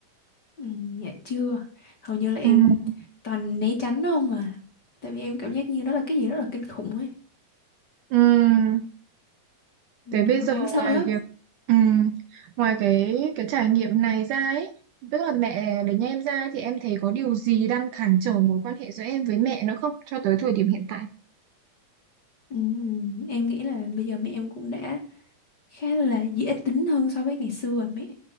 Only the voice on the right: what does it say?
Ừm,
ừm,
Thế bây giờ
ngoài
việc ừm, ngoài cái cái trải nghiệm này ra ấy, tức là mẹ để nhà em ra thì em thấy có điều gì đang cản trở mối quan hệ giữa em với mẹ nữa không cho tới thời điểm hiện tại?